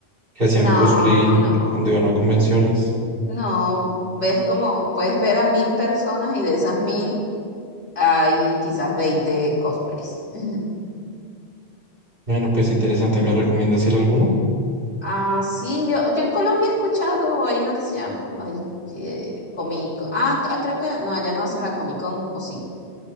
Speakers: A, on the right; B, on the left.
A: que hacían
B: No,
A: cosplay en-
B: no,
A: cuando iban a convenciones.
B: no, ves como, puedes ver a mil personas y de esas mil hay quizás 20 cosplays. <laughs>
A: Bueno, pues interesante. ¿Me recomiendas ir a alguno?
B: Ah, sí, yo, yo en Colombia he escuchado, hay una que se llama, ay, eh, Comic, ah, ah, creo que, no, allá no hacen la Comic Con, ¿o sí?